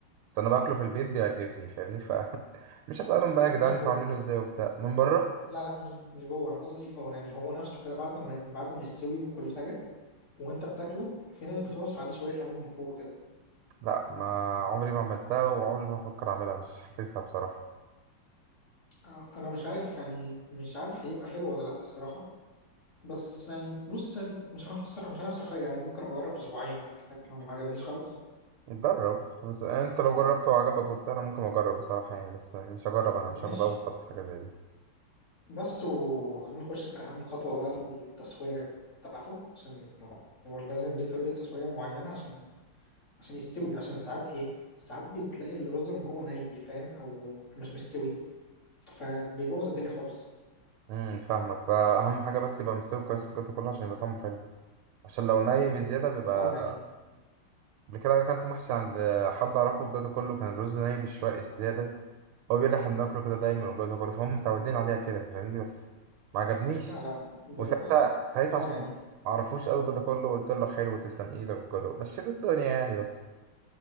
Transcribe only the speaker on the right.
بس انا باكله في البيت بيعجبني فاهمني ف <laughs> مش هسالهم بقى
يا جدعان
انتوا عاملينه ازاي وبتاع من بره
لا ما عمري ما عملتها وعمري ما هفكر اعملها مش حاسسها بصراحه
نجرب بس انت لو جربته وعجبك وبتاع انا ممكن اجرب بصراحه يعني بس مش هجرب انا مش
هاخد اول خطوه في حاجه زي دي
امم فاهمك فاهم حاجه بس يبقى مستوي كويس الجو ده كله عشان يبقى طعمه حلو عشان لو ني بزياده بيبقى
قبل كده أكلت محشي عند حد أعرفه وجاته كله كان الرز نايم بالشوائق الزيادة هو بيقول لي إحنا بناكله كده دايما وجاته كله فهم متعودين عليها كده فاهمني بس ما عجبنيش
وساعتها
ساعتها
عشان
ما أعرفوش أوي جاته كله قلت له حلو تسلم إيدك وجاته مشيت الدنيا يعني بس